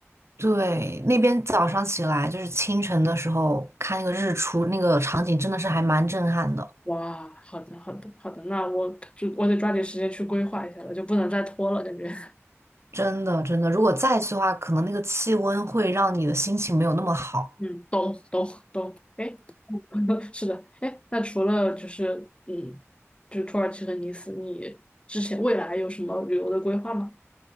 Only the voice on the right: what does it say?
对，那边早上起来就是清晨的时候看那个日出，那个场景真的是还蛮震撼的，
真的真的。如果再去的话，可能那个气温会让你的心情没有那么好。